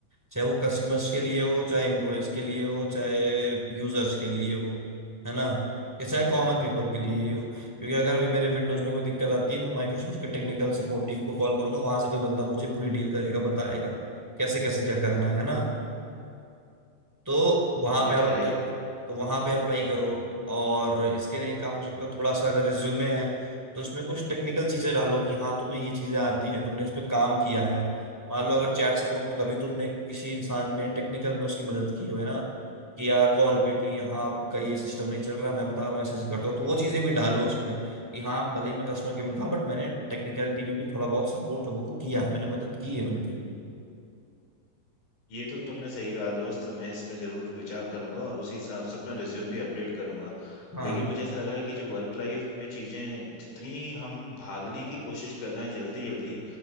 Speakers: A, in the centre; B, on the left.
A: चाहे वो कस्टमर्स के लिए हो चाहे एम्प्लॉयज के लिए हो चाहे यूजर्स के लिए हो है ना या चाहे कॉमन पीपल के लिए ही हो क्योंकि अगर अभी मेरे विंडोज में कोई दिक्कत आती है मैं माइक्रोसॉफ्ट के टेक्निकल सपोर्ट टीम को कॉल करूंगा वहां से कोई बंदा मुझे पूरी डील करेगा बताएगा कैसे कैसे क्या करना है है
B: हम्म।
A: ना तो वहां
B: ये
A: पे आप
B: तो है
A: अप्लाई
B: यार
A: करो तो वहां पे अप्लाई करो और इसके लिए काम कर सकते हो थोड़ा सा अगर रिज्यूमे है तो उसमें कुछ टेक्निकल चीजें डालो कि हाँ तुम्हें ये चीजें आती हैं तुमने इस पे काम किया है मान लो अगर चैट सपोर्ट में कभी तुमने किसी इंसान में टेक्निकल में उसकी मदद की हो है ना कि या कॉल पे कि हाँ आपका ये सिस्टम नहीं चल रहा मैं बता रहा हूँ ऐसे ऐसे करता हूँ तो वो चीजें भी डालो उसमें कि हाँ भले ही मैं कस्टमर केयर में था बट मैंने टेक्निकलिटी में भी थोड़ा बहुत सपोर्ट लोगों को किया है मैंने मदद की है उनकी
B: ये तो तुमने सही कहा दोस्त मैं इस पे जरूर विचार करूंगा और उसी हिसाब से अपना रिज्यूम भी अपडेट करूंगा
A: हाँ
B: लेकिन मुझे ऐसा लग रहा है कि जो वर्क लाइफ में चीजें जितनी हम भागने की कोशिश कर रहे हैं जल्दी जल्दी